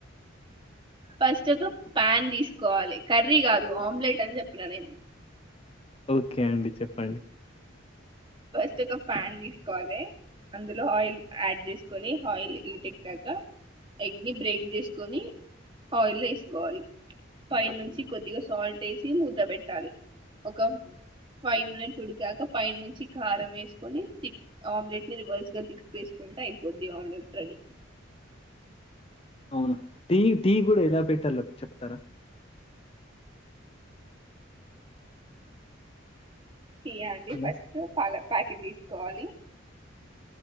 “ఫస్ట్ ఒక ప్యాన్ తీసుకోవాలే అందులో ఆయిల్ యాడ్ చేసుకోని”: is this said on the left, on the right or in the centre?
Right